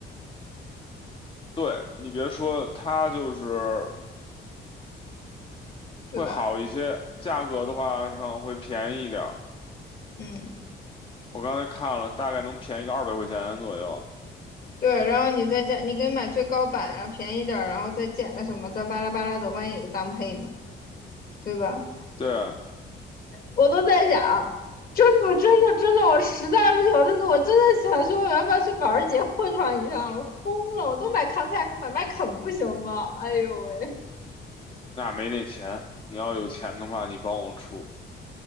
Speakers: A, on the left; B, on the left.
A: 对你别说，它就是
B: 对吧？
A: 会好一些，价格的话上会便宜一点儿。
B: 嗯，
A: 我刚才看了，大概能便宜个二百块钱左右。
B: 对。然后你再加，你可以买最高版，然后便宜点儿，然后再减个什么，再巴拉巴拉的，万一有个当配呢，对吧？
A: 对啊，
B: 我都在想，真不真的真的，我实在不行，我真的我真的想说，我要不要去保时捷混上一趟了？我疯了，我都买 Compact，我买迈凯不行吗？哎呦喂！
A: 那没那钱，你要有钱的话，你帮我出，